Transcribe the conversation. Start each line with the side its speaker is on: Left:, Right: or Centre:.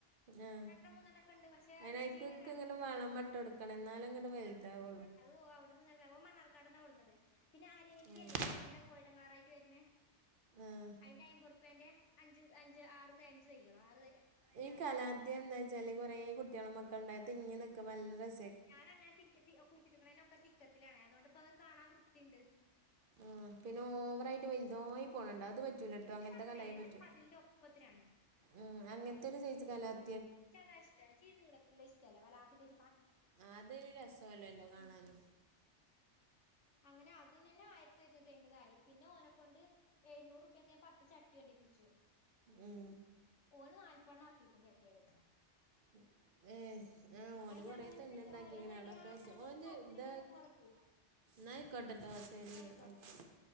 Right: ആ
Left: രണ്ടെണ്ണം മൂന്നെണ്ണൊക്കെണ്ട് പക്ഷെ
Right: അയിക്കക്കൊ
Left: ജീവല്ല
Right: ഇങ്ങട്ട് വള മട്ട എടുക്കണം എന്നാലും അങ്ങോട്ട് വലുതാവു
Left: അത്ഓ അവിടു നിങ്ങ മണ്ണാർക്കാട്ന്നാ കൊടുന്നത് പിന്നെ അരേലി
Right: ഉം
Left: അല്ലേ ആ ഉണ്ട കോടങ്ങളാറയിട്ട് <unintelligible>
Right: ആഹ്
Left: അയിന്റെ അയിബോർപ്പ്യന്റെ അഞ്ച് അഞ്ച് ആറ് ത്തെ അഞ്ചു തൈ കളോ ആറു
Right: ഈ കലാത്യ എന്താ വെച്ചാല് കൊറെേ കുട്ടികളും മക്കളുണ്ടായ തിങ്ങിനിക്കും നല്ല റസ്
Left: ഞാനാങ്ങനെ തിക്ക ത്തി കുഴിച്ചിട്ടിക്കുന്നൊക്കെ തിക്കത്തിലാണ് അതുണ്ട് പ്പം ഒരു കാണാൻ വൃത്തിണ്ട്
Right: ഉ പിന്നെ ഓവറായിട്ട് വലുതായി പോണണ്ട അത് പ റ്റു
Left: ഇന്റത്
Right: ങ്ങത്തെ
Left: അങ്ങനെയല്ല
Right: കലയ
Left: ഇന്റത്
Right: പറ്റ
Left: മതിലിന്റെ ഒപ്പത്തിനാണ്.
Right: ഉ അങ്ങനത്തെ ഒരു ചേ കല <unintelligible>
Left: താ ഇഷ്ട ചീളത്തി ഇഷ്ടല്ല വല <unintelligible>
Right: അതൊരു രസല്ലോല്ലോ കാണാന്
Left: ഉം അങ്ങനെ അത് നെനെ ആയിരത്തിരു ന്നൂറ്റി അയിബതായി പിന്നെ ഓനെ കൊണ്ട് എഴുന്നൂറ്പ്പ്യക്ക് പത്തു ചട്ടി കൊണ്ടി പ്പിച്ചു
Right: ഉം
Left: ഓ നാല്പ്പണ്ണ ഇറക്കി ഇപ്പും ചട്ടികള്
Right: ഉം ഏ ആഹ് ഓന്
Left: അയിന്
Right: കൊറേ
Left: അങ്ങനത്തെ
Right: തണ്ണ ഉണ്ടാക്കിങ്ങനെ
Left: അങ്ങനെടി
Right: അവിടൊക്കെ
Left: ആണുങ്ങക്ക്
Right: വെച്ചു ഓ
Left: താല്പര്യണ്ടെങ്കി
Right: ഇന്ത
Left: ഒക്കെ നടക്കുവേ
Right: നായക്കോട്ടട്ടാ ശരി എന്ന
Left: ആയിക്കോട്ടെ.
Right: വക്ക